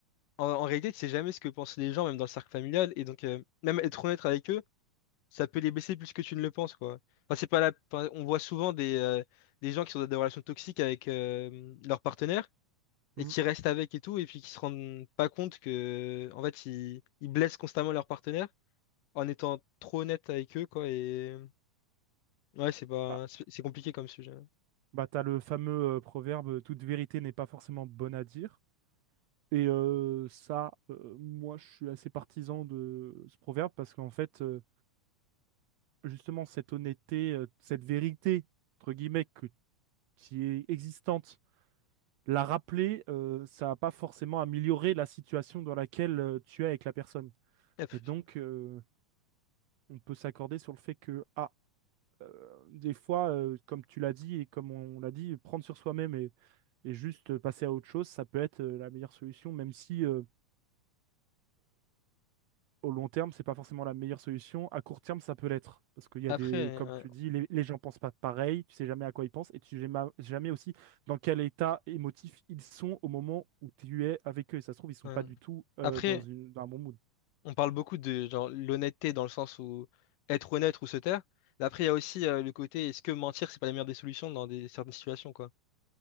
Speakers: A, on the left; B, on the right.
A: en, en réalité, tu sais jamais ce que pensent les gens, même dans le cercle familial. Et donc, euh, même être honnête avec eux, ça peut les blesser plus que tu ne le penses, quoi. Enfin, c'est pas la... enfin, On voit souvent des, euh, des gens qui sont dans des relations toxiques avec euh, leur partenaire
B: Hmm.
A: et qui restent avec et tout, et puis qui se rendent pas compte que, en fait, ils, ils blessent constamment leur partenaire en étant trop honnête avec eux, quoi. Et ouais, c'est pas,
B: Bah,
A: c'est c'est compliqué comme sujet.
B: bah, t'as le fameux euh, proverbe, toute vérité n'est pas forcément bonne à dire. Et euh, ça, euh, moi, je suis assez partisan de ce proverbe parce qu'en fait, euh, justement, cette honnêteté, euh, cette vérité, entre guillemets, que, qui est existante la rappeler, euh, ça n'a pas forcément amélioré la situation dans laquelle euh, tu es avec la personne.
A: Après,
B: Et donc, euh, on peut s'accorder sur le fait que, ah, euh, des fois, euh, comme tu l'as dit et comme on l'a dit, prendre sur soi-même et, et juste euh, passer à autre chose, ça peut être euh, la meilleure solution, même si euh, au long terme, c'est pas forcément la meilleure solution. À court terme, ça peut l'être. Parce qu'il y
A: après,
B: a des, comme
A: euh,
B: tu dis, les, les gens pensent pas pareil, tu sais jamais à quoi ils pensent et tu sais ma- jamais aussi dans quel état émotif ils sont au moment où tu es avec eux. Et ça se trouve, ils sont
A: euh,
B: pas du tout euh,
A: après,
B: dans une, dans un bon mood.
A: on parle beaucoup de genre l'honnêteté dans le sens où être honnête ou se taire. Mais après, il y a aussi euh, le côté est-ce que mentir, c'est pas la meilleure des solutions dans des certaines situations, quoi.